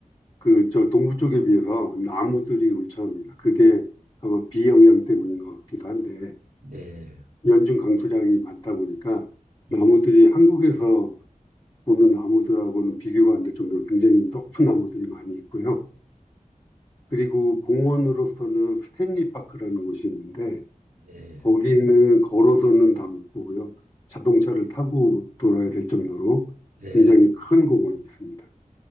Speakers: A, on the left; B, on the right.
A: 그 저 동부 쪽에 비해서 나무들이 울창합니다. 그게 아마 비 영향 때문인 것 같기도 한데
B: 네,
A: 연중 강수량이 많다 보니까
B: 음,
A: 나무들이 한국에서 보는 나무들하고는 비교가 안 될 정도로 굉장히 높은 나무들이 많이 있고요. 그리고 공원으로서는 스탠리 파크라는 곳이 있는데
B: 네,
A: 거기는 걸어서는 다 못 보고요. 자동차를 타고 돌아야 될 정도로
B: 네,
A: 굉장히 큰 공원이 있습니다.